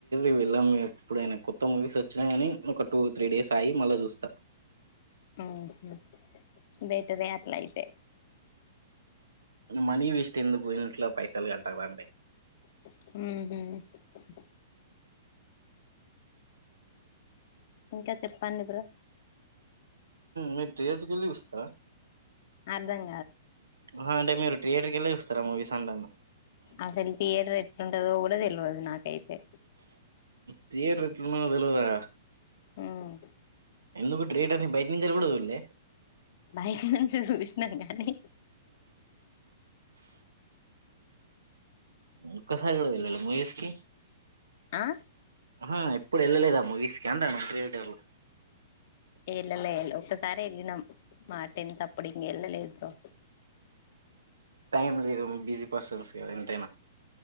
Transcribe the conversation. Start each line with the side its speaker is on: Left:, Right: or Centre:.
Right: <unintelligible> వెళ్ళాం ఎప్పుడైనా కొత్త మూవీస్ వచ్చినా గానీ, ఒక టూ త్రీ డేస్ ఆయి మళ్ళా చూస్తా
Left: మ్ హు బెటరె లాయితే
Right: మనీ వేస్ట్ ఎందుకు ఇంట్లో పైసలు కట్టరండి
Left: మ్ హు ఇంకా చెప్పండి బ్రో
Right: మీరు థియేటర్కి వెళ్ళి చూస్తారా
Left: అర్దం
Right: ఆ అంటే మీరు ట్రియేటర్కి వెళ్ళి దసరా మూవీస్ అంటన్నా
Left: ఆసలు థయేటర్ ఎట్లు ఉంటదో కూడా తెల్వదు నాకైతే
Right: తీయేటర్ ఎట్ల ఉన్నదో తెల్వదా
Left: ఉమ్
Right: ఎందుకు ట్రీయటర్ని బయట నుంచ కూడా చుళ్లే
Left: బైక్ నుంచి చూసినాం కానీ
Right: ఒక్కసారి కూడా వెళ్ళలే మూవీస్ కి,
Left: ఆ
Right: హహ ఎప్పుడు వెళ్ళలేదా మూవీస్ కి అంటనా థియటర్లో
Left: ఏల్ల ఎల్ ఒక్కసారి వెళ్ళినం మా టెన్త్ అప్పుడు ఇంకా ఇళ్ళలేదు బ్రో
Right: టైమ్ లేద బిజీ ఓసి ఓసి ఇంతేనా